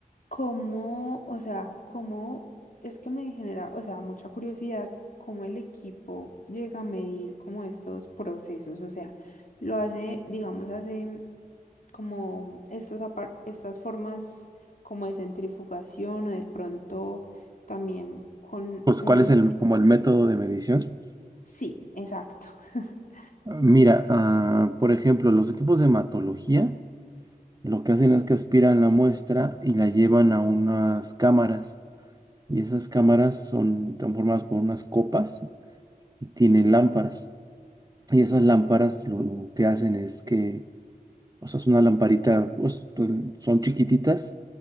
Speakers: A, on the left; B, on the right.
A: ¿cómo, o sea, cómo es que me genera, o sea, mucha curiosidad, cómo el equipo llega a medir como estos procesos? O sea, lo hace, digamos, hace como estos apar- estas formas como de centrifugación o de pronto también con
B: Pues,
A: un...
B: ¿cuál
A: el-
B: es el, como el método de medición?
A: Sí, exacto. <laughs>
B: Mira, ah, por ejemplo, los equipos de hematología. Lo que hacen es que aspiran la muestra y la llevan a unas cámaras. Y esas cámaras son transformadas por unas copas y tienen lámparas. Y esas lámparas lo que hacen es que, o sea, es una lamparita, pues, son chiquititas